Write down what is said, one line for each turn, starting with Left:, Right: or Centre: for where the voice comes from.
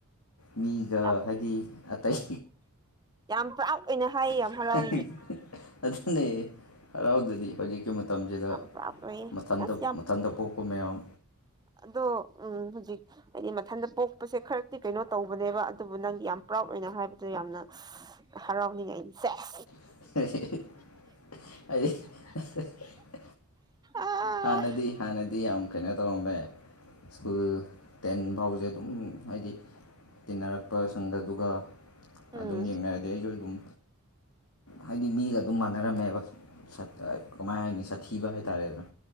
Left: ꯃꯤꯒ
Right: ꯌꯥꯝ
Left: ꯍꯥꯏꯗꯤ ꯑꯇꯩ
Right: ꯌꯥꯝ ꯄ꯭ꯔꯥꯎꯠ ꯑꯣꯏꯅ ꯍꯥꯏꯌꯦ ꯌꯥꯝ
Left: <unintelligible>
Right: ꯍꯔꯥꯎꯋꯤꯅꯦ
Left: ꯍꯔꯥꯎꯗꯗꯤ ꯍꯧꯖꯤꯛ <unintelligible> ꯃꯇꯝꯁꯤꯗ
Right: ꯌꯥꯝ ꯄ꯭ꯔꯥꯎꯠ ꯑꯣꯏꯌꯦ
Left: ꯃꯊꯟꯇ
Right: ꯑꯁ ꯌꯥꯝ
Left: ꯃꯊꯟꯇ ꯄꯣꯛꯄ ꯃꯌꯥꯝ
Right: ꯑꯗꯣ ꯎꯝ ꯍꯧꯖꯤꯛ ꯍꯥꯏꯗꯤ ꯃꯊꯟꯇ ꯄꯣꯛꯄꯁꯦ ꯈꯔꯛꯇꯤ ꯀꯩꯅꯣ ꯇꯧꯕꯅꯦꯕ ꯑꯗꯨꯕꯨ ꯅꯪꯗꯤ ꯌꯥꯝ ꯄ꯭ꯔꯥꯎꯠ ꯑꯣꯏ ꯑꯩꯅ ꯍꯥꯏꯕꯗ ꯌꯥꯝꯅ ꯍꯔꯥꯎꯅꯤꯡꯉꯥꯏꯅꯤ ꯁꯦꯖ
Left: <unintelligible>
Right: ꯑꯥ
Left: ꯍꯥꯟꯅꯗꯤ ꯍꯥꯟꯅꯗꯤ ꯌꯥꯝ ꯀꯩꯅꯣ <unintelligible> ꯁ꯭ꯀꯨꯜ ꯇꯦꯟ ꯐꯥꯎꯁꯦ ꯑꯗꯨꯝ ꯍꯥꯏꯗꯤ ꯇꯤꯟꯅꯔꯛꯄ ꯁꯪꯗꯗꯨꯒ
Right: ꯎꯝ
Left: ꯑꯗꯨꯝ ꯌꯦꯡꯅꯔꯗꯤ ꯑꯩꯁꯨ ꯑꯗꯨꯝ ꯍꯥꯏꯗꯤ ꯃꯤꯒ ꯑꯗꯨꯝ ꯃꯥꯟꯅꯔꯝꯃꯦꯕ ꯁꯠ ꯀꯃꯥꯏ ꯍꯥꯏꯅꯤ ꯁꯥꯊꯤꯕ ꯍꯥꯏꯇꯥꯔꯦꯗꯅ꯫